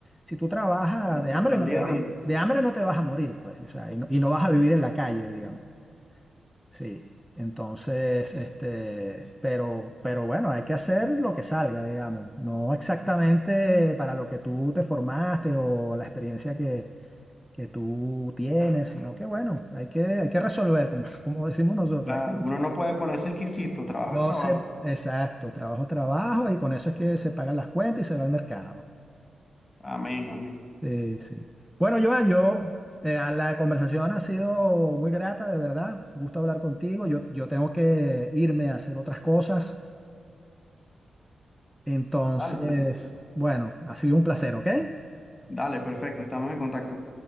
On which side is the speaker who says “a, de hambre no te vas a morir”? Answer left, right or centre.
Centre